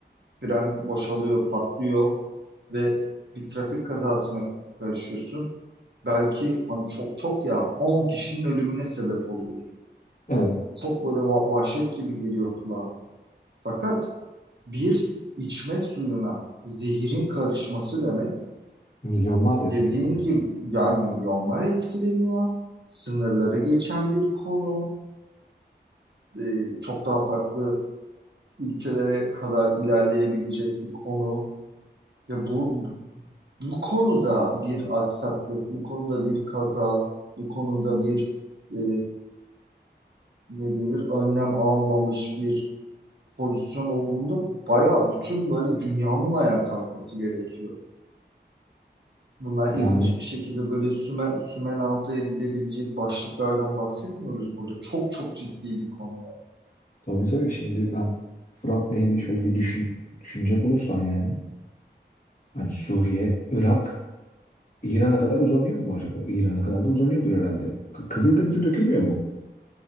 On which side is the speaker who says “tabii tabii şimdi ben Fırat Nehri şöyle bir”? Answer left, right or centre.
Left